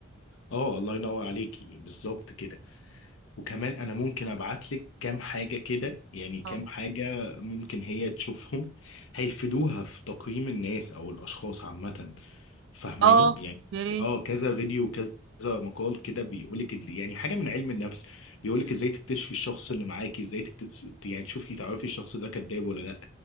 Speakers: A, on the left; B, on the right.
A: اه الله ينور عليكي بالظبط كده وكمان انا ممكن ابعت لك كام حاجة كده يعني كام
B: اه
A: حاجة ممكن هي تشوفهم هيفيدوها في تقييم الناس او الاشخاص عامة فاهماني
B: اه
A: يعني
B: يا ريت
A: اه كذا فيديو وكذا مقال كده بيقولك ال- يعني حاجة من علم النفس بيقولك ازاي تكتشفي الشخص اللي معاكي ازاي تكتشفي يعني تشوفي تعرفي الشخص ده كذاب ولا لا